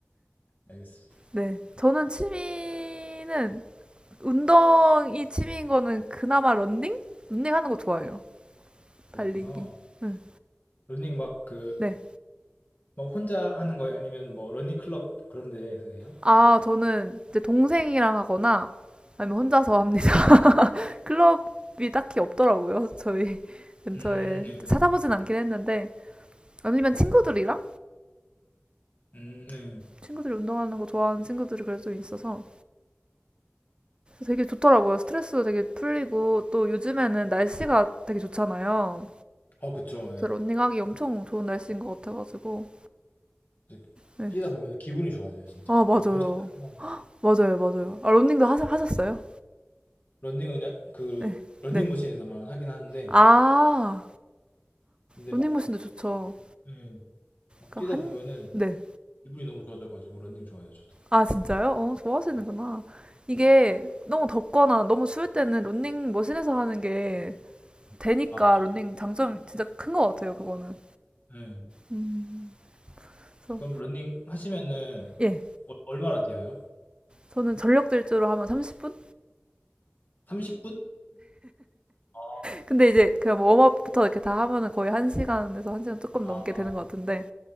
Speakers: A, on the left; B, on the right.
A: 알겠습니다.
B: 네. 저는 취미는 운동이 취미인 거는 그나마 런닝? 런닝 하는 거 좋아해요. 달리기.
A: 그렇구나.
B: 응.
A: 러닝 막 그
B: 네.
A: 막 혼자 하는 거예요? 아니면 뭐 러닝 클럽 그런 데에서 해요?
B: 아, 저는 이제 동생이랑 하거나 아니면 혼자서 합니다. <laughs> 클럽이 딱히 없더라고요. 저희 <laughs> 근처에
A: 음, 예
B: 찾아보진 않긴 했는데 아니면 친구들이랑
A: 음, 네.
B: 친구들이 운동하는 거 좋아하는 친구들이 그래도 좀 있어서 되게 좋더라고요. 스트레스도 되게 풀리고 또 요즘에는 날씨가 되게 좋잖아요.
A: 어, 그쵸. 예.
B: 그래서 런닝하기 엄청 좋은 날씨인 것 같아가지고.
A: 이제
B: 네.
A: 뛰다 보면 기분이 좋아져요, 진짜.
B: 아, 맞아요.
A: 저도 헬스장 하나
B: 맞아요, 맞아요. 아, 런닝도 하셨, 하셨어요?
A: 런닝은 야- 그
B: 네.
A: 런닝머신에서만
B: 네.
A: 하긴 하는데
B: 아,
A: 근데
B: 런닝머신도
A: 막, 저도
B: 좋죠.
A: 막, 예, 막
B: 그러니까
A: 뛰다
B: 한,
A: 보면은
B: 네.
A: 기분이 너무 좋아져가지고 런닝 좋아해요 저도
B: 아, 진짜요? 어, 좋아하시는구나.
A: 예.
B: 이게 너무 덥거나 너무 추울 때는 런닝머신에서 하는 게 되니까
A: 아 그쵸
B: 런닝 장점이 진짜 큰 것 같아요, 그거는.
A: 예.
B: 음, 그래서,
A: 그럼 런닝 하시면은
B: 예.
A: 어- 얼마나 뛰어요?
B: 저는 전력 질주로 하면 30분?
A: 30분? 아,
B: 근데 이제 그냥 뭐 웜업부터 이렇게 다 하면은 거의 1시간에서 한 시간 조금
A: 아
B: 넘게 되는 것 같은데